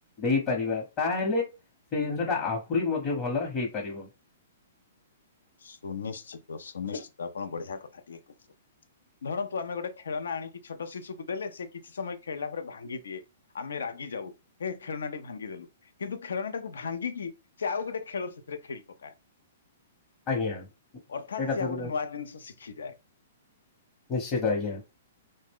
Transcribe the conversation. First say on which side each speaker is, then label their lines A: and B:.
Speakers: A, on the left; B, on the left.
A: ଦେଇପାରିବା ତାହେଲେ ସେଇ ଜିନିଷ ଟା ଆହୁରି ମଧ୍ୟ ଭଲ ହେଇପାରିବ।
B: ସୁନିଶ୍ଚିତ ସୁନିଶ୍ଚିତ ଆପଣ ବଢି଼ଆ କଥା ଟିଏ କହିଚନ୍ତି। ଧରନ୍ତୁ ଆମେ ଗୋଟେ ଖେଳନା ଆଣିକି ଛୋଟ ଶିଶୁକୁ ଦେଲେ ସେ କିଛି ସମୟ ଖେଳିଲା ପରେ ଭାଙ୍ଗିଦିଏ। ଆମେ ରାଗିଯାଉ ହେ ଖେଳନାଟି ଭାଙ୍ଗିଦେଲୁ। କିନ୍ତୁ ଖେଳନାଟାକୁ ଭାଙ୍ଗିକି ସେ ଆଉ ଗୋଟେ ଖେଳ ସେଥିରେ ଖେଳି ପକାଏ।
A: ଆଜ୍ଞା।
B: ଅର୍ଥାତ୍
A: ଏଇଟା
B: ସେ
A: ତ
B: ଆଉ ଗୋଟେ ନୂଆ ଜିନିଷ ଶିଖିଯାଏ।
A: ନିଶ୍ଚିତ ଆଜ୍ଞା।